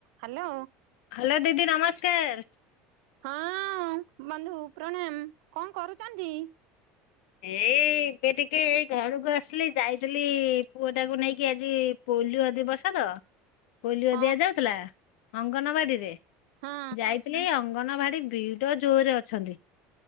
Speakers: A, on the right; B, on the left.
A: ହାଲୋ,
B: ହ୍ୟାଲୋ ଦିଦି ନମସ୍କାର।
A: ହଁ, ବନ୍ଧୁ ପ୍ରଣାମ। କ'ଣ କରୁଛନ୍ତି?
B: ଏଇ, ଏବେ ଟିକେ ଏଇ ଘରକୁ ଆସିଲି, ଯାଇଥିଲି ପୁଅଟାକୁ ନେଇକି ଆଜି ପ ପୋଲିଓ ଦିବସ ତ। ପୋଲିଓ
A: ହଁ
B: ଦିଆଯାଉଥିଲା, ଅଙ୍ଗନବାଡିରେ
A: ହଁ
B: ଯାଇଥିଲି ଆଉ। ଅଙ୍ଗନବାଡି ଭିଡ଼ ଜୋରରେ ଅଛନ୍ତି।